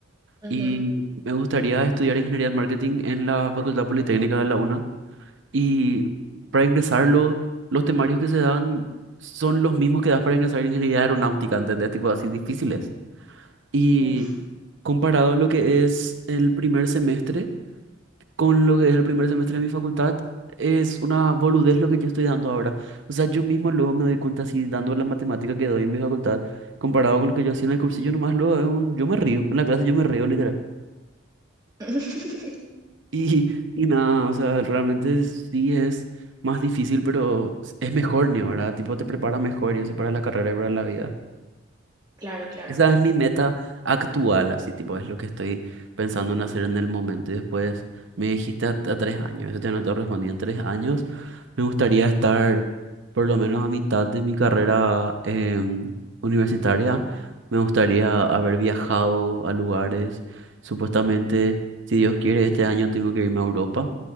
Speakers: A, on the right; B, on the right.
A: Ujú.
B: y me gustaría estudiar ingeniería de marketing en la Facultad Politécnica de la UNA Y para ingresarlo, los temarios que se dan son los mismos que das para ingresar en ingeniería aeronáutica, ¿entendés? Tipo así difíciles. Y
A: Uf.
B: comparado lo que es el primer semestre con lo que es el primer semestre de mi facultad, es una boludez lo que yo estoy dando ahora. O sea, yo mismo luego me doy cuenta así dando la matemática que doy en mi facultad, comparado con lo que yo hacía en el cursillo, nomás luego es un- yo me río. En la clase yo me río literal.
A: <laughs>
B: Y, y nada, o sea, realmente sí es más difícil, pero es mejor, ¿no? ¿Verdad? Tipo, te prepara mejor y eso para la carrera y para la vida.
A: Claro, claro.
B: Esa es mi meta actual, así, tipo, es lo que estoy pensando en hacer en el momento. Y después me dijiste a, a tres años, eso ya no te respondí, en tres años me gustaría estar por lo menos a mitad de mi carrera em, universitaria. Me gustaría haber viajado a lugares, supuestamente, si Dios quiere, este año tengo que irme a Europa.